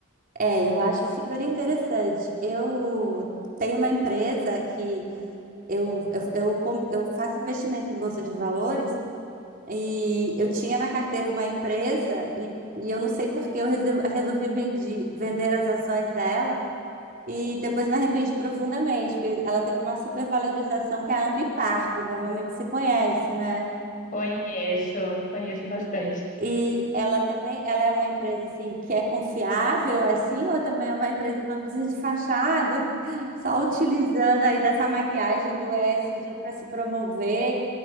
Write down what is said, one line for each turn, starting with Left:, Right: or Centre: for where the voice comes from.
Right: É, eu acho super interessante. Eu tenho uma empresa que Eu, eu, eu, com- eu faço investimento em bolsa de valores e eu tinha na carteira uma empresa e, e eu não sei por que eu rese- resolvi vendi- vender as ações dela e depois me arrependi profundamente, porque ela teve uma supervalorização que é a Ambipar, provavelmente você conhece, né?
Left: Conheço, conheço bastante.
Right: E ela também, ela é uma empresa assim que é confiável assim ou também é uma empresa, vamos dizer, de fachada, <laughs> só utilizando aí dessa maquiagem do ESG para se promover?